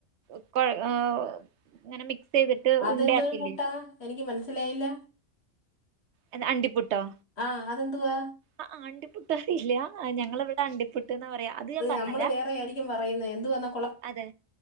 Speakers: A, on the right (about 65°); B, on the left (about 50°).
A: ക്കൊഴ് ആ ഇങ്ങനെ മിക്സെയ്തിട്ട്
B: അതെന്തോരു
A: ഉണ്ടയാക്കില്ലേ?
B: പുട്ടാ എനിക്ക് മനസ്സിലായില്ല.
A: എത് അണ്ടിപുട്ടോ?
B: ആഹ് അതെന്തുവാ?
A: അആ അണ്ടിപുട്ട് അറിയില്ലേ.. ആഹ് ഞങ്ങള്‌വ്ടെ അണ്ടിപുട്ട് ന്ന പറയാ അത് ഞാൻ പർഞ്ഞരാ.
B: നമ്മള് വേറെ ആയിരിക്കും പറയുന്നേ എന്തു വ
A: അതെ